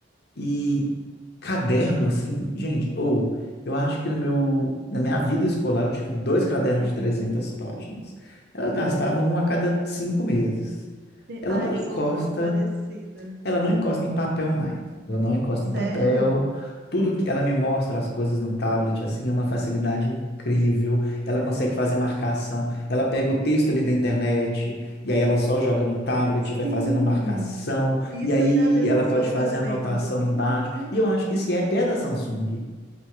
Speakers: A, on the left; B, on the right.
A: E caderno, assim, gente, ou eu acho que no meu, na minha vida escolar eu tive dois cadernos de 300 páginas. Ela gastava um a cada cinco meses.
B: Sim,
A: Ela
B: Ah,
A: não
B: eu
A: encosta
B: sou um pouco parecida.
A: ela não
B: Sou
A: encosta
B: um pouco-
A: em papel mais. Ela não encosta
B: Sério?
A: em papel. Tudo que ela me mostra as coisas no tablet, assim, é uma facilidade incrível. Ela
B: Cara,
A: consegue fazer marcação. Ela pega o texto ali da internet e aí ela só joga no tablet,
B: sim.
A: vai fazendo a marcação
B: Isso
A: e aí
B: eu já vi as
A: ela
B: pessoas
A: pode fazer
B: fazendo.
A: a anotação
B: Uhum.
A: embaixo. E eu acho que esse app é da Samsung.